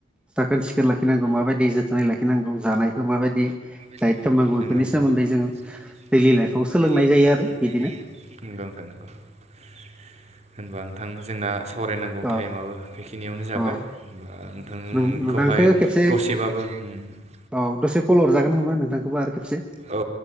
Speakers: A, in the centre; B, on the right.
A: साखोन सिखोन लाखिनांगौ माबायदि जोथोनै लाखिनांगौ जानायखौ माबायदि
B: नंगौ
A: दाइट खालामनांगौ बेफोरनि सोमोन्दै
B: <inaudible>
A: जोङो
B: नंगौ
A: दैलि लाइफआव सोलोंनाय
B: नोंथां
A: जायो आरो बिदिनो
B: नंगौ। <inaudible> होनबा नोंथां जोंना सावरायनांगौ
A: अ
B: टाइमाबो बेखिनियावनो जाबाय
A: अ
B: ओ नोंथांखौहाय
A: नों नोंथांखौ खेबसे
B: दसेबाबो मोनबाय ह।
A: औ दसे कल हरजागोन होनबा नोंथांखौबो आरो खेबसे।
B: औ औ